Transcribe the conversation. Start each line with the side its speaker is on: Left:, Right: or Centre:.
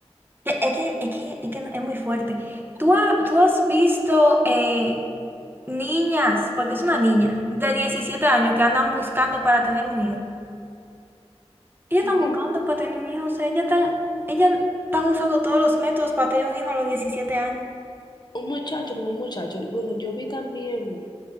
Right: que- Es que es, que, es, que es muy fuerte. ¿Tú, ha- tú has visto eh, niñas, porque es una niña, de 17 años que andan buscando para tener un hijo? Ellas están
Left: Ujú.
Right: buscando para tener un hijo, o sea, ellas están, ellas están usando todos los métodos para tener un hijo a los 17 años.
Left: Un muchacho con un muchacho. Bueno, yo vi también